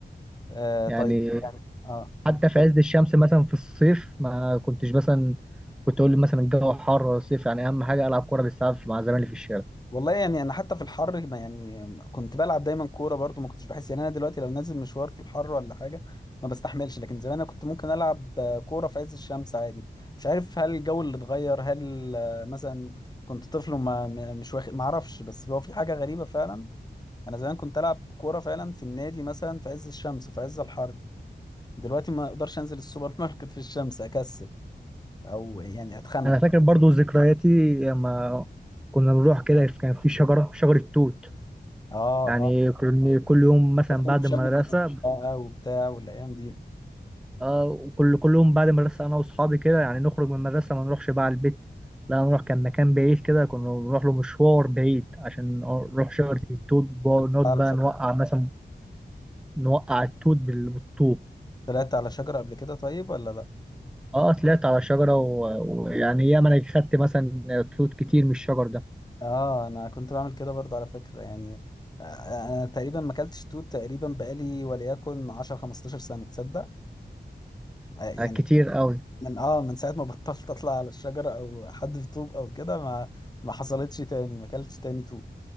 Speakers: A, on the left (about 20°); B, in the centre.
A: آه،
B: يعني
A: طيب يعني اه طب
B: حتى في عز الشمس مثلا في الصيف ما كنتش مثلا كنت أقول مثلا الجو حر ولا صيف يعني أهم حاجة ألعب كورة بالساعات مع زمايلي في الشارع
A: والله يعني انا حتى في الحر ما يعني كنت بلعب دايما كوره برضو ما كنتش بحس يعني انا دلوقتي لو نازل مشوار في الحر ولا حاجه ما بستحملش لكن زمان انا كنت ممكن العب آه، كوره في عز الشمس عادي مش عارف هل الجو اللي اتغير هل آه، مثلا كنت طفل وما م- مش واخد ما اعرفش بس هو في حاجه غريبه فعلا انا زمان كنت العب كوره فعلا في النادي مثلا في عز الشمس وفي عز الحر دلوقتي ما اقدرش انزل السوبر ماركت في الشمس اكسل او يعني اتخنق
B: انا فاكر برضو ذكرياتي لما كنا بنروح كده كان في شجره شجره توت
A: اه
B: يعني
A: اه
B: كنا كل يوم مثلا
A: بكون
B: بعد
A: في
B: المدرسه
A: شم النسيم بقى وبتاع والايام
B: آه كل كل يوم بعد المدرسه انا واصحابي كده يعني نخرج من المدرسه ما نروحش بقى على البيت لا نروح كان مكان بعيد كده كنا بنروح له مشوار بعيد عشان نروح شجره التوت بقى-
A: دي
B: نقعد بقى نوقع مثلا نوقع التوت بال- بالطوب
A: طلعت على شجرة قبل كده طيب ولا لا
B: اه طلعت على شجره و- ويعني ياما انا خدت مثلا توت كتير من الشجر ده
A: اه انا كنت بعمل كده برضه على فكرة يعني آه، انا تقريبا ما اكلتش توت تقريبا بقالي وليكن 10 15 سنة تصدق آه، يعني
B: آه، كتير قوي
A: من اه من ساعة ما <laughs> بطلت اطلع على الشجرة او حد في طوب او كده ما ما حصلتش تاني ما اكلتش تاني توت